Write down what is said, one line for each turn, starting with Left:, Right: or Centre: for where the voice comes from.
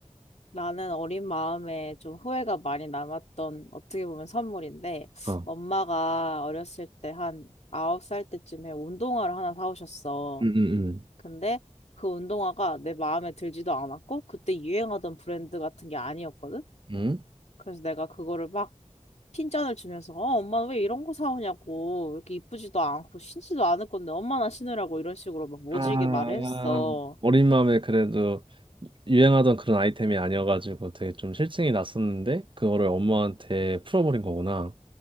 Left: 나는 어린 마음에 좀 후회가 많이 남았던 어떻게 보면 선물인데
Right: 어,
Left: 엄마가 어렸을 때 한 아홉 살 때쯤에 운동화를 하나 사오셨어.
Right: 응응
Left: 근데 그 운동화가 내 마음에 들지도 않았고 그때 유행하던 브랜드 같은 게 아니었거든.
Right: 응? 응?
Left: 그래서 내가 그거를 막 핀잔을 주면서 어, 엄마 왜 이런 거 사오냐고 이렇게 이쁘지도 않고 신지도 않을 건데 엄마나 신으라고 이런 식으로 막 모질게
Right: 아,
Left: 말을 했어.
Right: 어린 마음에 그래도 유행하던 그런 아이템이 아니어가지고 되게 좀 실증이 났었는데, 그거를 엄마한테 풀어버린 거구나.